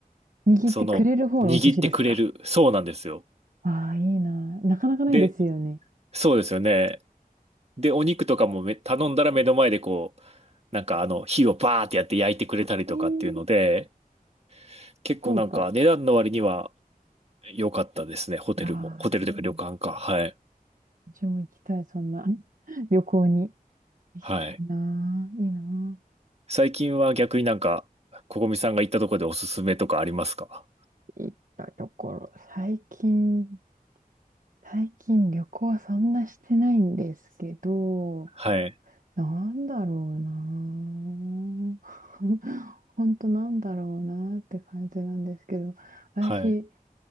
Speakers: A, on the right (about 60°); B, on the right (about 45°).
A: 握ってくれる方のお寿司ですか
B: その、握ってくれる。そうなんですよ。
A: ああー、いいなあ。なかなかないですよね。
B: で、そうですよね。で、お肉とかもめ頼んだら目の前でこう、なんかあの、火をバーってやって焼いてくれたりとかっていうので、
A: えー、
B: 結構なんか値段の割には
A: 豪華。
B: 良かったですね。ホテルも。
A: いやー、
B: ホテルというか旅館か。
A: うん
B: はい。
A: 私も行きたい、そんな <laughs> 旅行に。行きたいなぁ。
B: はい。
A: いいな
B: 最近は逆になんか、ここみさんが行ったとこでおすすめとかありますか
A: 行ったところ。最近、最近旅行はそんなしてないんですけど、
B: はい。
A: なんだろうなぁ。<laughs> ほんとなんだろうなぁって感じなんですけど、私、
B: はい。